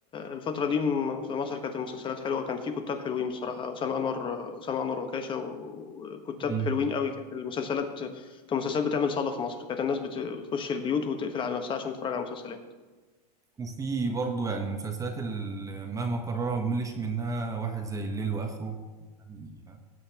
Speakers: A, on the left; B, on the right.
A: الفترة دي م- في مصر كانت المسلسلات حلوة كان في كتاب حلوين بصراحة أسامة أنور أسامة أنور وكاشة وكتاب
B: مم.
A: حلوين قوي كانت المسلسلات كانت المسلسلات بتعمل صدى في مصر كانت الناس بت- بتخش البيوت وتقفل على نفسها عشان تتفرج على المسلسلات
B: وفي برضه يعني المسلسلات اللي مهما قررها ما بملش منها واحد زي الليل واخره يعني آه،